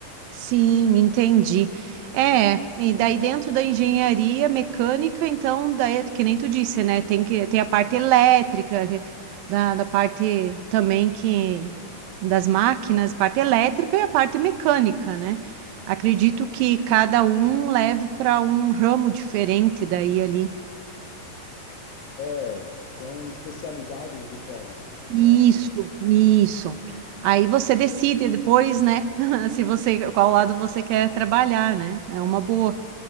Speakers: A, on the right (about 85°); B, on the left (about 80°).
A: Sim, entendi. É, e daí dentro da engenharia mecânica, então, daí, que nem tu disse, né? Tem que tem a parte elétrica, que- da, da parte também que das máquinas, parte elétrica e a parte mecânica, né? Acredito que cada um leve para um ramo diferente daí ali.
B: É, são especialidades diferentes,
A: Isso,
B: né?
A: isso. Aí você decide depois, né? <laughs> Se você, qual lado você quer trabalhar, né? É uma boa.